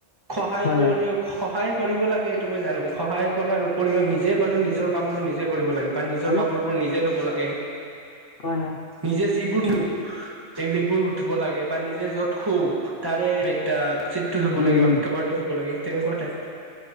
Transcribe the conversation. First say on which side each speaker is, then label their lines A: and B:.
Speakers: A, on the right (about 15°); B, on the left (about 55°).
A: সহায়
B: হয়
A: কৰিও
B: হয়
A: সহায় কৰিব লাগে সেইটো মই জানো, সহায় কৰাৰ উপৰিও নিজে বাৰু নিজৰ কামবোৰ নিজে কৰিব লাগে বা নিজৰ
B: মানে
A: কাপোৰবোৰ নিজে ধুব লাগে।
B: হয় <inaudible>
A: নিজে যিবোৰ নো এই কাপোৰবোৰ ধুব লাগে বা নিজে য'ত শু তাৰে বেদচীটটো ধুব
B: উম
A: লাগে বা
B: উম
A: কভাৰটো ধুব থাকিব লাগে তেনেকুৱা টাইপ